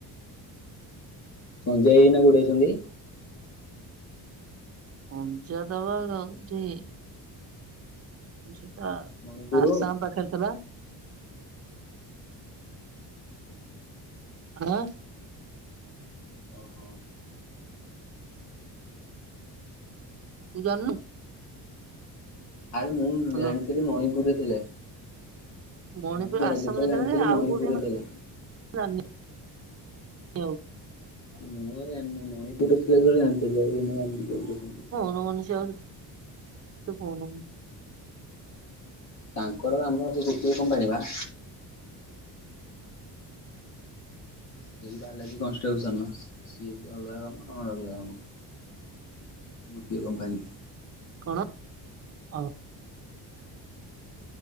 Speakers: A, on the left; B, on the right.
A: ସଞ୍ଜୟ ଏଇନା କୋଉଠି ଅଛନ୍ତି?
B: ପଞ୍ଚାତ ପା ରହୁଚି ସେଇଟା
A: ମଣିପୁର
B: ଆସାମ ପାଖରେ ଥିଲା। ହଁ।
A: ଓହୋ।
B: ତୁ ଜାଣିନୁ
A: ଆରେ ମୁଁ
B: ହାଲୋ।
A: ଜାଣିଥିଲି ମଣିପୁର ରେ ଥିଲେ।
B: ମଣିପୁର
A: ମୁଁ ଯେତେବେଳେ
B: ଆସାମ <unintelligible>
A: ଜାଣିଥିଲି
B: ଆଉ
A: ମଣିପୁରରେ
B: କୋଉଠି ମୁ
A: ଥିଲେ।
B: ଜାଣିନି ଆଉ
A: ମୁଁ ଆଉ ଜାଣିନି ମଣିପୁର ରେ ଥିଲା ଯେତେବେଳେ ଜାଣିଥିଲ, ଆଉ ମୁଁ ଜାଣିନି କୋଉଠି ଅଛନ୍ତି।
B: ଫୋନ କରୁନି ସିଏ ଆଉ, ତ ଫୋନ କରୁନି
A: ତାଙ୍କର ଆମର ସେ ଗୋଟିଏ କମ୍ପାନୀ ବା। ସେଇ ଯୋଉ ବାଲାଜୀ କନଷ୍ଟ୍ରୋକସନ ସିଏ ଅଲଗା କାମର ଅଲଗା କାମ। ଗୋଟିଏ କମ୍ପାନୀ।
B: କଣ? ଅ